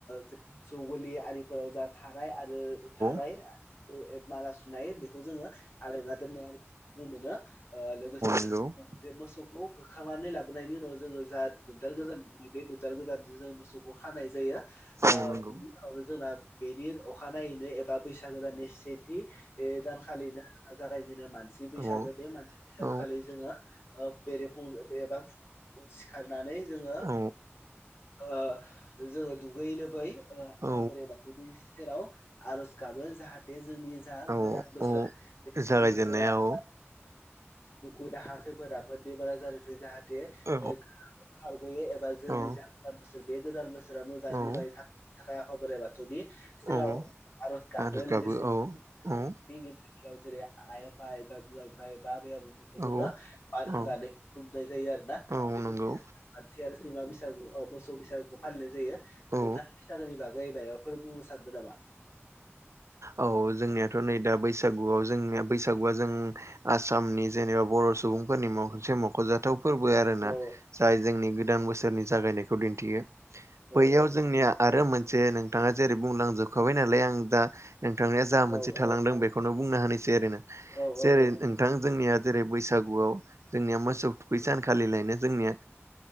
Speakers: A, on the left; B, on the right.
A: जो मोसौ गलि आरिफोराव जा थाराय आरो थाराय
B: औ
A: औ ए माला सुनाय बेखौ जोङो आलायना दोननाय आरो नुनो मोनो। ओ लोगोसे
B: नंगौ औ
A: बे मोसौखौ होखांनानै लाबोनायनि उनाव जोङो जा दोनदाल गोदान नैबे दोन्दाल गोदानजो जों मोसौखौ खानाय जायो। ओ
B: औ नंगौ
A: बिनि उनावनो जोंना बेनि अखानायैनो एबा बैसागो दाननि सेथि ओ दानखालिनो जोंना जागाय बिदिनो मानसि बैसागो
B: औ
A: बे मानसि बैसागो
B: औ
A: खालि जोङो ओ बेरेफुंज एबा फुं खौ सिखारनानै जोङो
B: औ
A: ओ जोङो दुगैयै लोबै ओ आफा
B: औ
A: बोराइ बाथौनि सेराव आर'ज गाबो जाहाथे जोंनि जा
B: औ
A: गोदान बोसोर
B: औ
A: बे गोदान
B: जागायजेननाया
A: बोसोरा <inaudible>
B: औ
A: दुखु दाहा खैफोद आफोद बेमारा आजारनिफ्राय जाहा थे
B: औ
A: ओ खारग'यो एबा जोंनि
B: औ
A: जा गोदान बोसोर बे गोदान बोस सोरा मोजाङै
B: औ
A: मोजाङै थांनायनि थाखाय आफा बोराइ बाथौनि सेराव
B: औ
A: आरो गाबो
B: आरज
A: लोगोसे
B: औ औ
A: <inaudible> ओ जेरै आइ आफा एबा बिमा बिफा एबा आबै आबौ मोनखौ
B: औ
A: जोङो मान होनानै
B: औ
A: खुलुमनाय जायो आरोना।
B: औ
A: बेफोर
B: नंगौ
A: खान्थि आरो सैमा बैसागु मोसौ बैसागुखौ फालिनाय जायो
B: औ
A: नोथा बैसागोनि बागै मायाबा फोर बुंनो सान्दों नामा?
B: औ जोंनियाथ' नै दा बैसागुआव जोंनिया बैसागुआ जों आसामनि जेनेबा बर' सुबुंफोरनि मसे मख'जाथाव फोरबो आरोना
A: औ
B: जाय जोंनि गोदान बोसोरनि जागायनायखौ दिन्थियो
A: औ
B: बैयाव
A: औ
B: जोंनिया आरो मोनसे नोंथाङा जेरै बुंलांजोबखाबाय नालाय आं दा नोंथांनिा जा
A: औ
B: मोनसे थालांदों
A: औ
B: बेखौनो बुंनो हानायसै आरोोना
A: औ औ
B: जेरै
A: दे
B: नोंथां जोंनिया जेरै बैसागुआव जोंनिया मोसौ थुखै सानखालि लायनाय जोंनिया